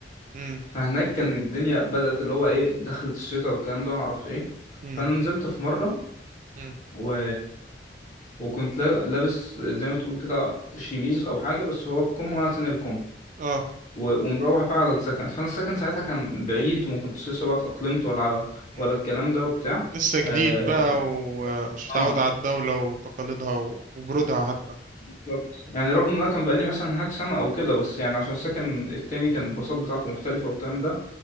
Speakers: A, on the right; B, on the left.
A: مم.
B: فهناك كان الدنيا بدأت اللي هو ايه دخلت الشتاء والكلام ده ومعرفش ايه
A: مم.
B: فأنا نزلت في مرة
A: مم.
B: و... وكنت لا- لابس زي ما تقول كده شيميز أو حاجة بس هو بكم وأنا تاني الكم
A: اه
B: و... ومروح بقى على السكن فأنا السكن ساعتها كان بعيد وما كنتش لسه بقى اتأقلمت ولا
A: مم.
B: ولا الكلام ده وبتاع
A: لسه جديد
B: اه
A: بقى ومش
B: آه،
A: متعود على الدوله وتقاليدها و- وبرودها حتى
B: بالظبط يعني رغم ان انا كان بقالي مثلا هناك سنه او كده بس يعني عشان السكن التاني كان الباصات بتاعته مختلفه والكلام ده